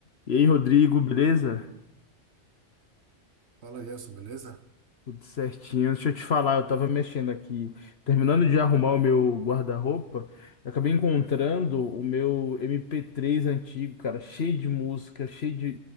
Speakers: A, on the left; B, on the right.
A: E aí, Rodrigo, beleza?
B: Fala, Gerson, beleza?
A: Tudo certinho. Deixa eu te falar, eu tava mexendo aqui, terminando de arrumar o meu guarda-roupa, eu acabei encontrando o meu MP3 antigo, cara, cheio de música, cheio de,